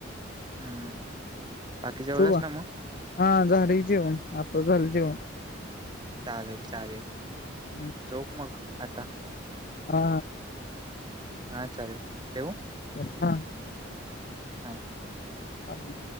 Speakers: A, on the right; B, on the left.
A: हम्म बाकी जेवलास
B: शुभ
A: ना मग
B: हा झाडे जेवण आपलं झालं जेवण
A: चालेल चालेल
B: हम्म.
A: सोप मग आता
B: हा
A: हा चालेल केवू
B: हा
A: हा
B: ह ह